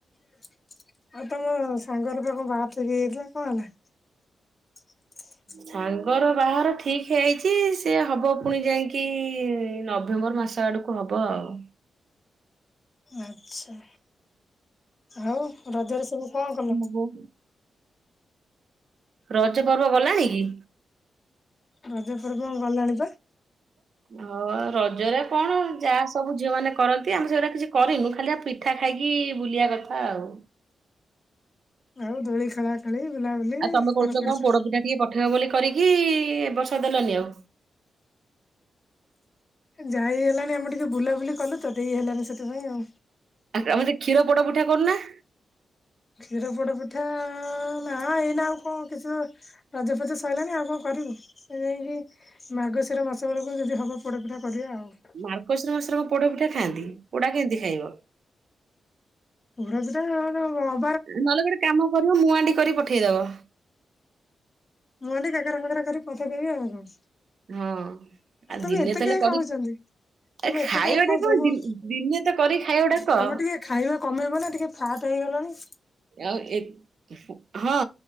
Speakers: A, on the left; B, on the right.
A: <inaudible> ଆଉ ତମ ସାଙ୍ଗର ତ କଣ ବାହା ଠିକ୍ ହେଇଯାଇଥିଲା କଣ ହେଲା? <inaudible>
B: ସାଙ୍ଗର ବାହାର ଠିକ ହେଇଛି ସେ ହବ ପୁଣି ଯାଇକି ନଭେମ୍ବର ମାସ ଆଡ କୁ ହବ ଆଉ।
A: ଆଚ୍ଛା। ଆଉ ରଜରେ ସବୁ କଣ କଲ?
B: ବୋ ରଜ ପର୍ବ ଗଲାଣି କି?
A: ରଜପର୍ବ ଆଉ ଗଲାଣି ପା।
B: ହଁ ରଜରେ କଣ ଯାହା ସବୁ ଝିଅ ମାନେ କରନ୍ତି ଆମେ ସେଗୁଡ଼ା କିଛି କରିନୁ ଖାଲି ଆ ପି ପିଠା ଖାଇକି ବୁଲିବା କଥା ଆଉ‌।
A: ଆଉ ଦୋଳି ଖେଳା ଖେଳି, ବଲାବୁଲି
B: ଆଉ ତମେ
A: କୁଆଡେ
B: କହୁଥିଲ
A: କୁଆଡେ
B: କଣ
A: ସା
B: ପୋଡପିଠା ଟିକେ ପଠେଇବ ବୋଲି କରିକି ଏବ ବର୍ଷ ଦେଲନି ଆଉ‌।
A: ଯାଇ ହେଲାନି ଆମେ ଟିକେ ବୁଲାବୁଲି କଲୁ ତ ଦେଇ ହେଲାନି ସେଥିପାଇଁ ଆଉ।
B: ଆ ଆମେ ସେ କ୍ଷୀର ପୋଡ଼ ପିଠା କରୁନା‌।
A: କ୍ଷୀର ପୋଡ ପିଠା ନାଁ ଏଇନା ଆଉ କଣ କିଛି ରଜ ଫଜ ସଇଲାଣି ଆଉ କଣ କରିବୁ? ସେ <unintelligible> ମାର୍ଗଶିର ମାସ ବେଳକୁ ଯଦି ହବ ପୋଡପିଠା କରିବା ଆଉ‌।
B: ମାର୍ଗଶିର ମାସର ପୋଡ ପିଠା ଖାଆନ୍ତି ପୋଡା କେମିତି ଖାଇବ?
A: ପୋଡ ପିଠା <unintelligible>
B: ନହେଲେ ଗୋଟେ କାମ କରିବ ମୁଁ ଆଣ୍ଡି କରି ପଠେଇଦବ।
A: ମୁଁ ଆଣ୍ଡି କାକରା ଫାକରା କରିକି ପଠେଇଦବି ଆଉ କଣ?
B: ହଁ ଆଉ
A: ତମେ
B: ଦିନେ
A: ଏତେ
B: ତାହେଲେ
A: କାହିଁ
B: କରି
A: ଖାଉଛନ୍ତି? ତମେ
B: ଏ ଖାଇବାଟା
A: ଏତେ କାହିଁ ଖାଉଛ
B: କଣ
A: ମୁଁ
B: ଦିନେ ତ କରି ଖାଇବାକୁ ଡାକ?
A: ତମେ ଟିକେ ଖାଇବା କମେଇବ ନା ଟିକେ ଫାଟ ହେଇଗଲଣି।
B: ଆଉ ଏ ହଁ